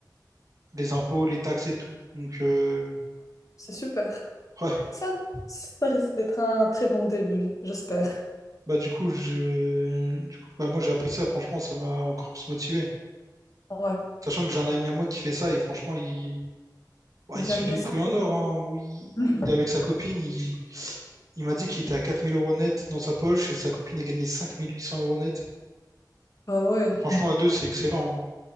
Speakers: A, on the right; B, on the left.
A: les impôts, les taxes et tout. Donc, euh,
B: c'est super.
A: ouais,
B: Ça, ça risque d'être un très bon début, j'espère.
A: bah du coup, je... du coup bah, moi, j'ai appris ça. Franchement, ça m'a encore plus motivé.
B: Ouais.
A: Sachant que j'ai un ami à moi qui fait ça et franchement, il, ouais,
B: Il
A: il
B: gagne
A: se fait les
B: bien sa
A: couilles en
B: peau.
A: or. hein. Il...
B: <laughs>
A: il est avec sa copine. Il, il m'a dit qu'il était à 4000 euros net dans sa poche et sa copine a gagné 5800 euros net.
B: Ah ouais,
A: Franchement, à deux, c'est excellent. hein.